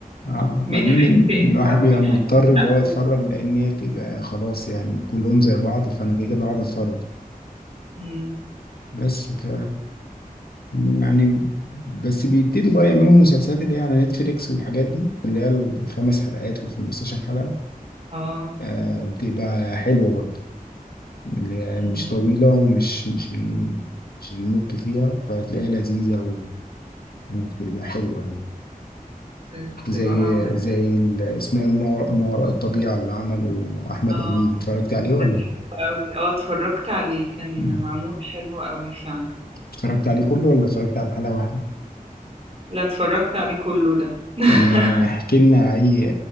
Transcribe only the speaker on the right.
مين
هينتقم
بقى
ومين هياخد
حقه
مم.
اه
مم.
بتبقى
معمولة
اه
كان حلو قوي اه اتفرجت عليه كان
معمول حلو قوي فعلا
لا اتفرجت عليه كله ده <laughs>